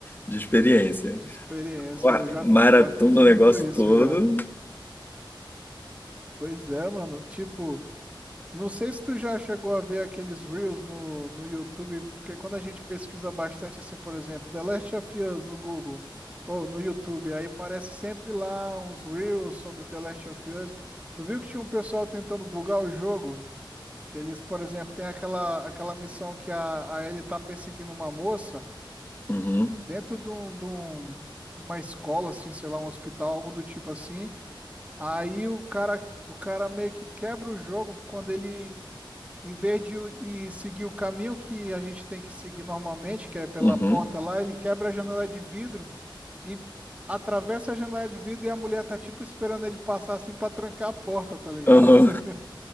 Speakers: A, on the left; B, on the right.
A: de experiência.
B: de experiência,
A: Uá,
B: eu já,
A: Maratona
B: já fiz muito
A: o negócio
B: isso
A: todo.
B: já. Pois é, mano. Tipo, não sei se tu já chegou a ver aqueles Reels no, no YouTube, porque quando a gente pesquisa bastante, assim, por exemplo, The Last of Us no Google ou no YouTube, aí parece sempre lá uns Reels sobre The Last of Us. Tu viu que tinha um pessoal tentando bugar o jogo? Que eles, por exemplo, tem aquela, aquela missão que a, a Ellie tá perseguindo uma moça.
A: Uhum,
B: dentro de, um, de um- uma escola, assim, sei lá, um hospital, algo do tipo assim. Aí o cara, o cara meio que quebra o jogo quando ele, em vez de ir seguir o caminho que a gente tem que seguir normalmente, que é pela
A: uhum,
B: porta lá, ele quebra a janela de vidro e atravessa a janela de vidro e a mulher tá tipo esperando ele passar assim pra trancar a porta, tá ligado?
A: uhum.
B: <laughs>